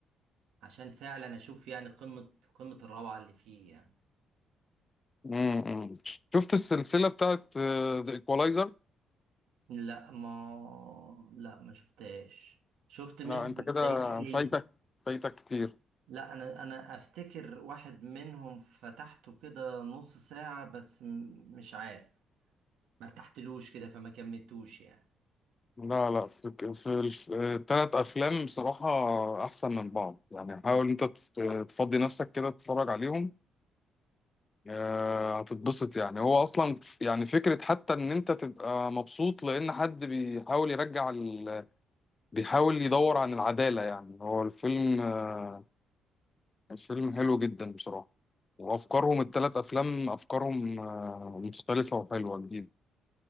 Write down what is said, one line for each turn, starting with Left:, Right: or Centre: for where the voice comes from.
Right: عشان فعلا اشوف يعني قمة قمة الروعة اللي فيه يعني
Left: امم شفت السلسلة بتاعت ذا ايكوالايزر
Right: لا ما لا ما شفتهاش شفت منها
Left: لا انت
Right: متهيألي
Left: كده فايتك فايتك كتير
Right: لا انا انا افتكر واحد منهم فتحته كده نص ساعة بس م- مش عارف ما ارتحتلوش كده فما كملتوش يعني
Left: لا لا في في الثلاث افلام بصراحة احسن من بعض يعني حاول
Right: آه.
Left: انت تس- تفضي نفسك كده تتفرج عليهم آه، هتتبسط يعني هو اصلا ف- يعني فكره حتى ان انت تبقى مبسوط لان حد بيحاول يرجع ال... بيحاول يدور عن العداله يعني هو الفيلم آه، الفيلم حلو جدا بصراحه وافكارهم الثلاث افلام افكارهم آه، مختلفه وحلوه جديده